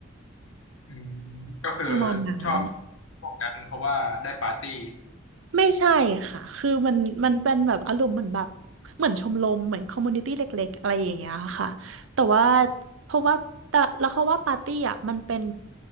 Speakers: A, on the left; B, on the right.
A: อืมก็คือ
B: ประมาณนั้น
A: ชอบพวกนั้นเพราะว่าได้ปาร์ตี้
B: ไม่ใช่ค่ะ คือมันมันเป็นแบบอารมณ์เหมือนแบบเหมือนชมรมเหมือนคอมมูนิตี้เล็กๆอะไรอย่างเงี้ยค่ะแต่ว่าเพราะว่าแต่แล้วเขาว่าปาร์ตี้อ่ะมันเป็น